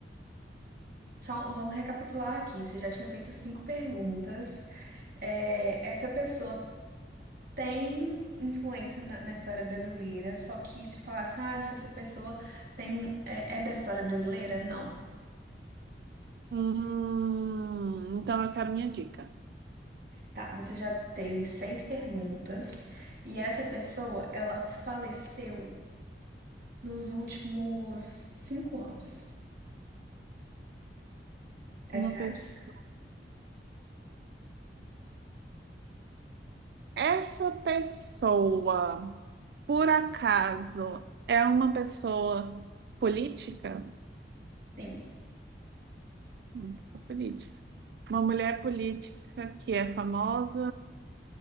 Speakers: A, on the right (about 50°); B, on the right (about 65°).
A: só vamos recapitular aqui. Você já tinha feito cinco perguntas. É, essa pessoa tem influência na, na história brasileira, só que se falasse, ah, se essa pessoa tem, é, é da história brasileira, não.
B: Hum, então eu quero minha dica.
A: Tá, você já teve seis perguntas e essa pessoa, ela faleceu nos últimos cinco anos. Essa
B: Uma pessoa.
A: é a dica.
B: Essa pessoa. Por acaso é uma pessoa política?
A: Sim,
B: Uma pessoa política. Uma mulher política que é famosa.